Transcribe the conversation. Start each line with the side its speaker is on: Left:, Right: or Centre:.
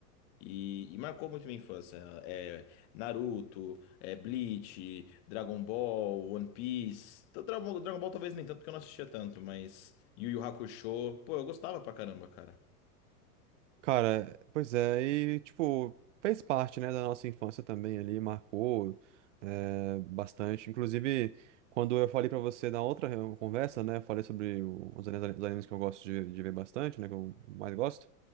Left: E, e marcou muito minha infância. É, Naruto, é, Bleach, Dragon Ball, One Piece. Então, Dragon Ball, Dragon Ball talvez nem tanto, porque eu não assistia tanto, mas Yu Yu Hakusho. Pô, eu gostava pra caramba, cara.
Right: Cara, pois é, e tipo, fez parte, né, da nossa infância também ali, marcou é, bastante. Inclusive, quando eu falei pra você na outra eh, conversa, né, eu falei sobre o- os animes os animes que eu gosto de, de ver bastante, né, que eu mais gosto.